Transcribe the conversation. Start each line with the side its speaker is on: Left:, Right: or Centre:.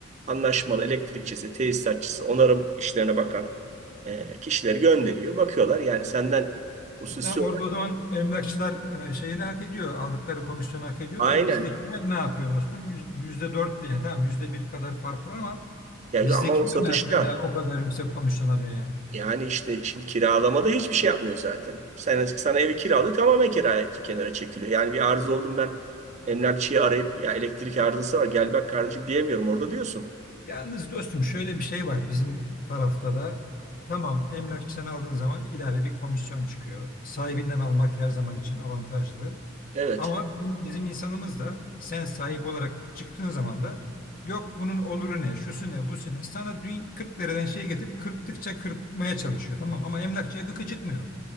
Right: anlaşmalı elektrikçisi, tesisatçısı, onarım işlerine bakan e, kişileri gönderiyor. Bakıyorlar yani senden hususi
Left: Tamam, orada
Right: olarak-
Left: o zaman emlakçılar e, şeyini hak ediyor. Aldıkları komisyonu hak ediyor
Right: aynen
Left: da bizdekiler ne yapıyor dostum? Yüz- Yüzde dört de yani tamam yüzde bir kadar fark var ama
Right: ya
Left: bizdekiler
Right: ama o satışta
Left: ne yapıyor da o kadar yüksek komisyon alıyor yani.
Right: yani işte şimdi kiralamada hiçbir şey yapmıyor zaten. Sen, sana evi kiralıyor tamamen kiraya kenara çekiliyor. Yani bir arıza oldum ben emlakçıyı arayıp ya elektrik arızası var gel bak kardeşim diyemiyorum orada diyorsun.
Left: Yalnız dostum şöyle bir şey var bizim tarafta da tamam emlakçıdan aldığın zaman ilave bir komisyon çıkıyor. Sahibinden almak her zaman için avantajlı.
Right: Evet.
Left: Ama bizim, bizim insanımız da sen sahip olarak çıktığın zaman da yok bunun oluru ne, şusu ne, busu ne. Sana dün 40 liradan şey getirip kırptıkça kırpmaya çalışıyor tamam ama emlakçıya gıkı çıkmıyor.